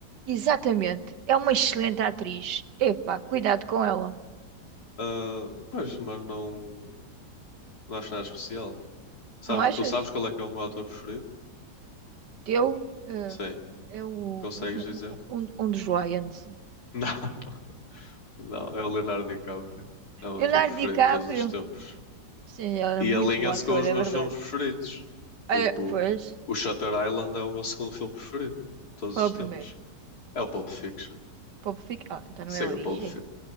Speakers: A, on the right; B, on the left.
A: Exatamente. É uma excelente atriz. Epá, cuidado com ela.
B: Ah, pois, mas não, não acho nada especial. Sabes,
A: Não achas?
B: tu sabes qual é que é o meu ator preferido?
A: Teu eh,
B: Sim.
A: é o,
B: Consegues
A: um,
B: dizer?
A: um, um um dos Lions.
B: <laughs> Não, não, é o Leonardo DiCaprio. É o meu
A: Leonardo
B: ator preferido
A: DiCaprio.
B: de todos os tempos.
A: Sim, ela
B: E
A: é muito
B: alinha-se
A: bom ator,
B: com os
A: é
B: meus
A: verdade.
B: filmes preferidos. Porque
A: Olha,
B: o,
A: pois,
B: o Shutter Island é o meu segundo filme preferido de todos
A: qual
B: os
A: é o
B: tempos.
A: primeiro?
B: É o Pulp Fiction.
A: pop Fic- Ah, então
B: Sim,
A: não é origem?
B: o Pulp Fiction.